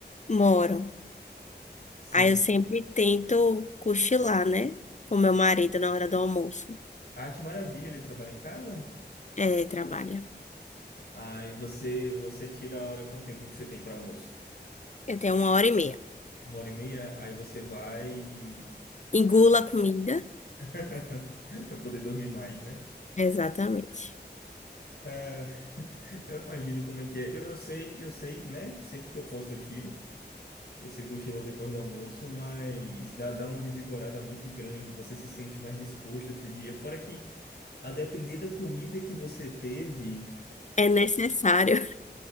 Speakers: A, on the left; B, on the left.
A: Moro.
B: Sim.
A: Aí eu sempre tento cochilar, né? Com meu marido na hora do almoço.
B: Ah, que maravilha. Ele trabalha em casa?
A: É, trabalha.
B: Ah, e você, você tira a hora com o tempo que você tem para almoço?
A: Eu tenho uma hora e meia.
B: Uma hora e meia? Aí você vai e...
A: Engula a comida.
B: <laughs> para poder dormir mais, né?
A: Exatamente.
B: Ah, eu imagino como é que é. Eu, eu sei, eu sei que, né? Sempre que eu posso eu tiro. esse cochilo depois do almoço, mas dá, dá uma revigorada muito grande, você se sente mais disposto para o dia. Fora que, a depender da comida que você teve,
A: É necessário.